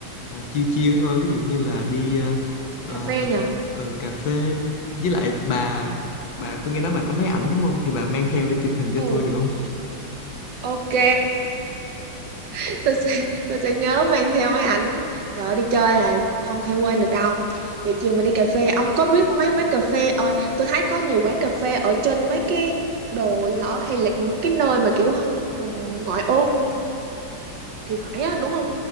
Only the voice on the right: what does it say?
Đi cà phê nhờ?
Ừ,
ok. <laughs> Tôi sẽ tôi sẽ nhớ mang theo máy ảnh. Trời ơi, đi chơi là không thể quên được đâu. Vậy chiều mình đi cà phê, ông có biết mấy quán cà phê? Ờ, tôi thấy có nhiều quán cà phê ở trên mấy cái đồi hả? Hay là những cái nơi mà kiểu vùng ngoại ô thì phải á, đúng không?